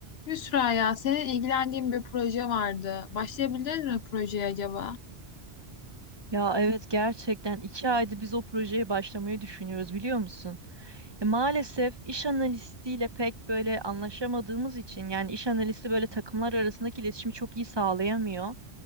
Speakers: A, on the left (about 70°); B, on the right (about 25°).
A: Yusra ya senin ilgilendiğin bir proje vardı. Başlayabiliriz mi projeye acaba?
B: Ya evet gerçekten iki aydır biz o projeye başlamayı düşünüyoruz biliyor musun? Ya maalesef iş analistiyle pek böyle anlaşamadığımız için yani iş analisti böyle takımlar arasındaki iletişimi çok iyi sağlayamıyor.